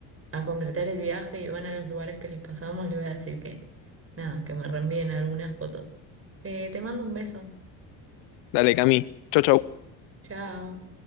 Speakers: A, on the right; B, on the left.
A: a concretar el viaje y van a los lugares que les pasamos, le voy a decir que, nada, que me reenvíen algunas fotos. Eh, te mando un beso.
B: Dale, Cami. Chau, chau.
A: Chao.